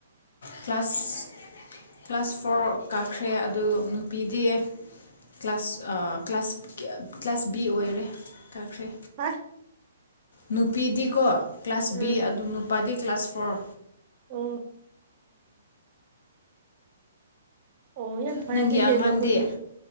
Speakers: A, on the left; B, on the right.
A: ꯀ꯭ꯂꯥꯁ ꯀ꯭ꯂꯥꯁ ꯐꯣꯔ ꯀꯥꯈ꯭ꯔꯦ ꯑꯗꯨ ꯅꯨꯄꯤꯗꯤ ꯀ꯭ꯂꯥꯁ ꯑꯥ ꯀ꯭ꯂꯥꯁ ꯀ꯭ꯂꯥꯁ ꯕꯤ ꯑꯣꯏꯔꯦ ꯀꯥꯈ꯭ꯔꯦ
B: ꯍ
A: ꯅꯨꯄꯤꯗꯤꯀꯣ ꯀ꯭ꯂꯥꯁ
B: ꯎꯝ
A: ꯕꯤ ꯑꯗꯨ ꯅꯨꯄꯥꯗꯤ ꯀ꯭ꯂꯥꯁ ꯐꯣꯔ
B: ꯑꯣ ꯑꯣ ꯌꯥꯝ ꯐꯔꯦ
A: ꯅꯪꯒꯤ
B: ꯑꯗꯨꯏꯗꯤ
A: ꯑꯉꯥꯡꯗꯤ
B: ꯅꯈꯣꯏꯒꯤ